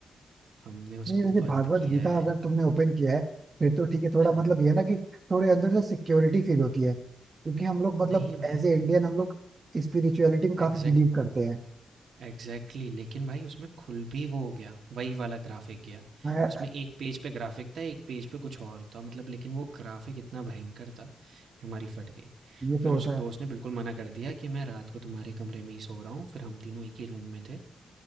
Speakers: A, on the right; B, on the right.
A: हमने उसको
B: नहीं वैसे
A: बंद
B: भागवत
A: किया
B: गीता
A: है।
B: अगर तुमने ओपन किया है फिर तो ठीक है थोड़ा
A: हाँ,
B: मतलब ये है ना कि थोड़े अंदर से सिक्योरिटी फील होती है क्योंकि हम लोग मतलब
A: नहीं भाई।
B: एज ए इंडियन हम लोग स्पिरिचुअलिटी में काफी
A: एग्जैक्ट
B: बिलीव करते हैं
A: एग्जैक्टली लेकिन भाई उसमें खुल भी वो हो गया वही वाला ग्राफिक गया
B: हाँ यार
A: उसमें एक पेज पे ग्राफिक था एक पेज पे कुछ और था मतलब लेकिन वो ग्राफिक इतना भयंकर था कि हमारी फट गई
B: ये तो
A: फिर
B: होता
A: उस
B: है
A: दोस्त ने बिल्कुल मना कर दिया कि मैं रात को तुम्हारे कमरे में ही सो रहा हूँ फिर हम तीनों एक ही रूम में थे